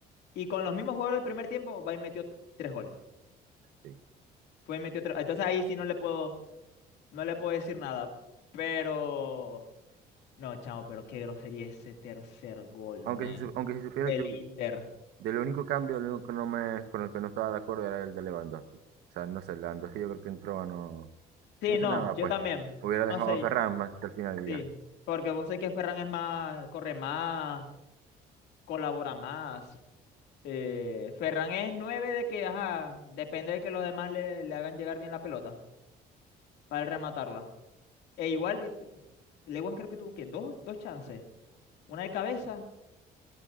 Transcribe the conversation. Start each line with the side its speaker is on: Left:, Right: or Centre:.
Left: Y con los mismos jugadores del primer tiempo, va y metió tres goles.
Right: sí.
Left: Fue y metió tres. Entonces ahí sí no le puedo. No le puedo decir nada, pero... No, chamo, pero qué grosería ese tercer gol,
Right: Aunque
Left: men.
Right: si, su- aunque si supieras,
Left: Del
Right: yo,
Left: Inter.
Right: Del único cambio, el único que no me, con el que no estaba de acuerdo era el de Lewandowski. O sea, no sé, Lewandowski yo creo que entró, no,
Left: Sí,
Right: no hizo
Left: no,
Right: nada,
Left: yo
Right: pues.
Left: también.
Right: Hubiera dejado
Left: No sé,
Right: a Ferran más hasta el final y
Left: sí.
Right: ya.
Left: Porque vos sé que Ferran es más, corre más, colabora más. Eh, Ferran es nueve de que, ajá, depende de que los demás le, le hagan llegar bien la pelota para él rematarla. E igual, eh, Lewan creo que tuvo que dos, dos chances. Una de cabeza,